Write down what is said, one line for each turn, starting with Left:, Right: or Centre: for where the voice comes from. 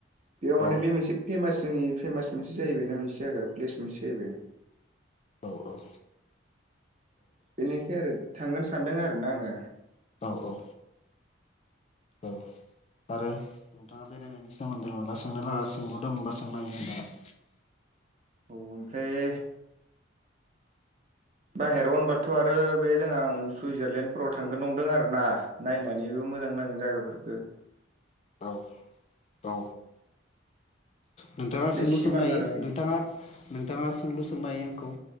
Right: बेयाव
Left: औ
Right: माने बे मोनसे फेमास जोंनि फेमास जाहैबाय ना मोनसे जागा प्लेस मोनसे जाहैबाय।
Left: औ औ।
Right: बेनिखाय आरो थांगोन सानदों आरो ना आङो।
Left: औ औ। औ आरो नोंथाङा बेरायनायनि सोमोन्दै माबा सोंनो लागा सोंलु दोंंबा सोंनो हायो नोंथाङा।
Right: औ ओमफ्राय बाहेराव होनबाथ' आरो बे जोंहा उम सुइजारलेण्डफोराव थांगोन नंदों आरो ना। नायनानैबो मोजां नाङो जागाफोरखो।
Left: औ औ नोंथाङा
Right: बे
Left: सोंलु
Right: सिमां
Left: सोंनो हायो
Right: आरो आंनि
Left: नोंथाङा नोंथाङा सोंलु सोंनो हायो आंखौ